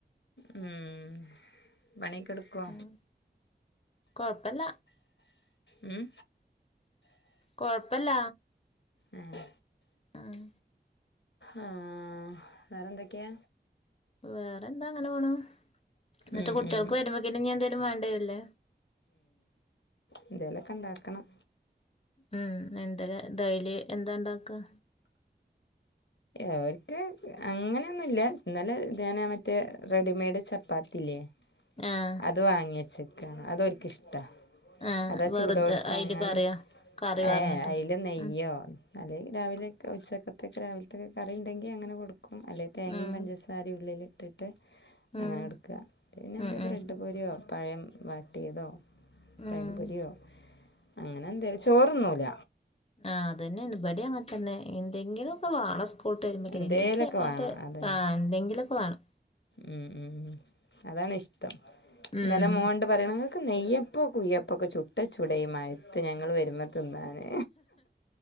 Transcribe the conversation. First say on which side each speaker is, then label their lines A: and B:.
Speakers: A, on the left; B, on the left.
A: ഉം പണിക്കെടു ക്കോ
B: ഉം കൊഴപ്പല്ല
A: ഉം
B: കൊഴ്പ്പല്ല.
A: ഏഹ്.
B: ആഹ്.
A: ആഹ് വേറൊന്തെക്കെ.
B: വേറെ എന്താ അങ്ങനെ പോണു, ന്നിട്ട്
A: ഉം,
B: കുട്ടിൾക്ക്
A: ഉം.
B: വരുമ്പോക്കിന് ഞ്ഞ്എന്തേലും വേണ്ടിര്ലേ.
A: എന്തേലൊക്കെ ഉണ്ടാക്കണം.
B: ഉം എന്തൊല്ലാ ഡൈലി എന്താ ഉണ്ടാക്കുക.
A: അവർക്ക് അങ്ങനെയൊന്നുല്ല, ഇന്നലെ ഞാൻ മറ്റേ റെഡിമെയ്ഡ് ചപ്പാത്തില്ലേ.
B: ആഹ്
A: അത് വാങ്ങി വച്ചേക്കാണ്, അതൊരിക്കിഷ്ടമാണ്.
B: ആഹ്
A: അതാ
B: വെറുതെ
A: ചൂടോട്ക്ക
B: അയില്
A: അങ്ങനെ
B: കറിയോ കറി പാർന്നിട്ടോ
A: ഏ അയില് നെയ്യോ
B: ഉം
A: അല്ലെ രാവിലെ ഒക്കെ ഉച്ചക്കത്തൊക്കെ രാവിലത്തൊക്കെ കറിണ്ടെങ്കി അങ്ങനെ കൊടുക്കും അല്ലെ തേങ്ങയും
B: ഉം
A: പഞ്ചസാ സാരം ഉള്ളിൽ ഇട്ടിട്ട്
B: ഉം
A: അങ്ങനെ കൊടുക്കുക, പിന്നെ എന്തേ
B: ഉം
A: ബ്ര
B: ഉം
A: പട്ടുപൊരിയോ പഴം വാട്ടിയതോ പഴം
B: ഉം
A: പൊരിയോ അങ്ങനെ എന്തേലും ചോറുന്നൂല.
B: ആ അതന്നെണ് ഇബടി അങ്ങനെ തന്നെ എന്തെങ്കിലും ഒക്കെ വാണം സ് സ്കൂളിട്ട് വരുമ്പോത്തേക്കണ്
A: എന്തേലൊക്കെ
B: ഇല്ലങ്കി ആണ്ട്
A: വേണം അതന്നെ
B: ആ എന്തെങ്കിലുമൊക്കെ വാണം.
A: ഉം ഉം അതാണ് ഇഷ്ടം
B: ഉം
A: ഇന്നലെ മോനണ്ട് പറയണ് ങ്ങക്ക് നെയ്യപ്പോ കുയ്യപ്പോ ഒക്കെ ചുട്ടച്ചുടെ ഈ മഴയത്ത് ഞങ്ങൾ വരുമ്പോ തിന്നാന്